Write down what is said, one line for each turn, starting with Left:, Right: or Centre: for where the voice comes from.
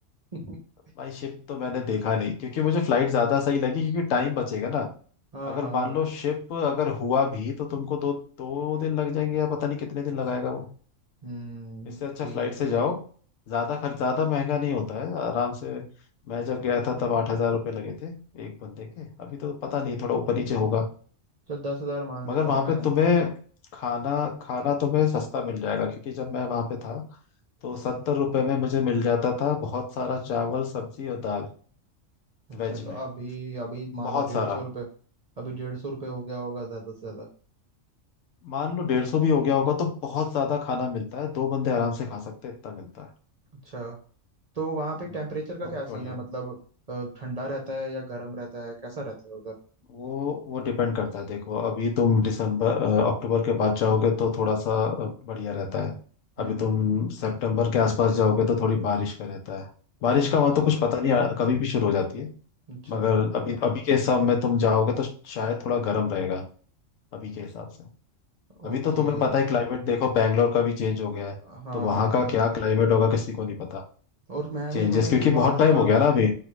Right: <laughs> हाँ
Left: भाई शिप तो मैंने देखा नहीं क्योंकि मुझे फ्लाइट ज्यादा सही लगी क्योंकि टाइम बचेगा ना
Right: हाँ
Left: अगर
Right: हाँ
Left: मान लो शिप अगर हुआ भी तो तुमको दो दो दिन लग जाएंगे या पता नहीं कितने दिन लगाएगा वो
Right: हम्म
Left: इससे अच्छा
Right: ठीक
Left: फ्लाइट
Right: है ठीक
Left: से जाओ
Right: है
Left: ज्यादा खर्च ज्यादा महंगा नहीं होता है आराम से मैं जब गया था तब आठ हजार रुपये लगे थे एक बंदे के अभी तो पता नहीं थोड़ा ऊपर नीचे होगा
Right: चल दस हजार मान
Left: मगर
Right: लेता
Left: वहां
Right: हूँ मैं
Left: पे तुम्हें खाना खाना तुम्हें सस्ता मिल जाएगा क्योंकि जब मैं वहां पे था तो सत्तर रुपए में मुझे मिल जाता था बहुत सारा चावल सब्जी और दाल
Right: अच्छा
Left: वेज
Right: तो
Left: में
Right: अभी अभी मान
Left: बहुत
Right: लो डेढ़
Left: सारा
Right: सौ रुपये अभी डेढ़ सौ रुपये हो गया होगा ज़्यादा से ज़्यादा
Left: मान लो डेढ़ सौ भी हो गया होगा तो बहुत ज्यादा खाना मिलता है दो बंदे आराम से खा सकते हैं इतना मिलता है
Right: अच्छा तो वहाँ पे टेम्परेचर
Left: हम्म।
Right: का
Left: बहुत
Right: क्या सीन
Left: बढ़िया
Right: है मतलब अ, ठंडा रहता है या गर्म रहता है कैसा रहता है उधर
Left: वो वो डिपेंड करता है देखो अभी तुम दिसंबर अ, अक्टूबर के बाद जाओगे तो थोड़ा सा अ, बढ़िया रहता है
Right: हम्म
Left: अभी तुम सितंबर के आसपास जाओगे तो थोड़ी बारिश का रहता है बारिश का
Right: अच्छा
Left: वहां तो कुछ पता नहीं अ, कभी भी शुरू हो जाती है
Right: अच्छा
Left: मगर अभी अभी के हिसाब में तुम जाओगे तो शायद थोड़ा गर्म रहेगा अभी के हिसाब से अभी
Right: ओके
Left: तो तुम्हें पता है क्लाइमेट देखो बैंगलोर का भी चेंज
Right: हाँ
Left: हो गया है
Right: हाँ
Left: तो वहां
Right: हाँ।
Left: का क्या क्लाइमेट होगा किसी को नहीं पता
Right: और मैंने
Left: चेंजेस
Right: सुना है
Left: क्योंकि
Right: कि वहाँ
Left: बहुत टाइम
Right: का
Left: हो गया ना अभी